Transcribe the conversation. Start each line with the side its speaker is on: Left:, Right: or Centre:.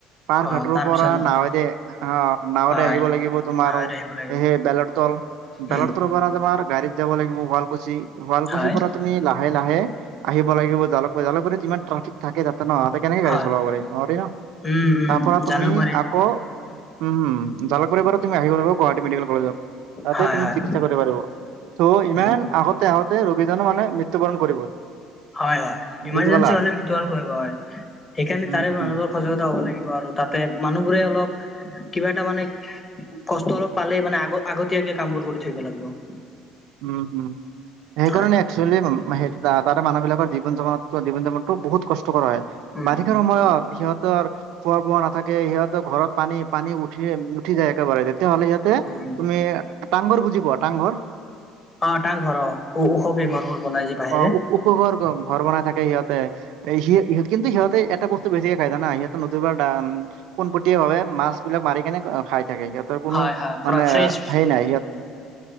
Right: পাৰ্ক
Left: অ
Right: ঘাটোৰ
Left: তাৰপিছত
Right: পৰা নাৱতে অ নাৱৰে
Left: হয়
Right: আহিব লাগিব তোমাৰ
Left: নাৱত আহিব লাগিব
Right: সেই বলেত। বেল
Left: উম
Right: তৰ পৰা তমাৰ গাড়ীত যাব লাগিব শুৱালকুছি শুৱালকুছিৰ
Left: হয়
Right: পৰা তুমি লাহ লাহে লাহে আহিব লাগিব য জালকক ইমান ট্ৰফিক থাকে তাতে নহতে কেনেকে গাডী
Left: হয়
Right: চলাব পাৰি নোৱাৰি ন
Left: উম উম
Right: তাৰ পৰা তুমি
Left: জালুকবাৰী
Right: আকৌ উম উম জালকব বাৰু তুমি আহি গলা বাৰু গুৱাহাটী মেডিকেল কলেজত তাতে
Left: হয়
Right: তুমি
Left: হয়
Right: চিকিৎসা কৰিব পাৰিব ত' ইমান
Left: উম
Right: আগতে আগতে ৰোগীজনো মানে <unintelligible> মৃত্যুবৰণ কৰিব
Left: হয় হয় ইমাৰ্জেঞ্চি
Right: বুজি পালা।
Left: হলে মৃত্যু বৰন কৰিব হয় সেইকাৰ
Right: উম
Left: তাৰে <unintelligible> মানুহবোৰ
Right: উম
Left: সজাগতা হ'ব লাগিব আৰু তাতে মানুহবোৰে অলপ কিবা এটা মানে কষ্ট অলপ পালেই মানে আগ আগতীয়াকে কাম বোৰ কৰি থাকিব লাগিব <unintelligible>
Right: উম হম সেইকাৰণে
Left: হয়
Right: একচুৱেলি মি তাত <unintelligible> তাৰে মানুহ বিলাকৰ জীৱন যাপনত জীৱন যাপনটো বহু কষ্ট কৰা হয়
Left: উম
Right: বাৰিষাৰ
Left: উম
Right: সময়ত সিহত <unintelligible> সহ খোৱা বোৱা নাথাকে সিহঁতৰ ঘৰত পানী পানী উঠি উঠি যায় একেবাৰে <unintelligible> তেতিয়াহ'লে ইয়াতে
Left: উম
Right: তুমি টাংঘৰ বুজি পোৱা টাংঘৰ <unintelligible>
Left: অ তাৰ ঘৰ ওখকে
Right: উ
Left: ঘৰবোৰ বনাই যে বাহিৰে
Right: অ ওখ ঘৰ ঘৰ বনাই থাকে সিহঁত <unintelligible> সিহঁত কিন্তু সিহঁতে এটা বস্তু বেছিকে খায় জানা সিহত নুনবাৰ পোনপটীয়া ভাৱে <unintelligible> মাছ বিলাক মাৰি কেনে খাই থাকে সিহঁতৰ কোনো
Left: হয় হয় পুৰা
Right: মানে
Left: ফ্ৰেছ
Right: সেই নাই ইহত